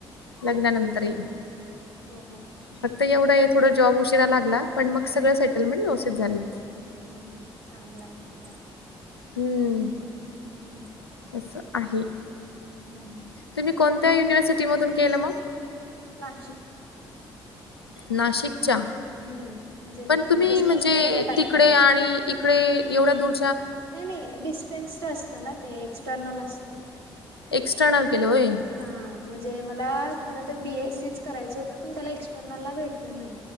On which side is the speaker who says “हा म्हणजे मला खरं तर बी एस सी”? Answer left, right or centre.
Right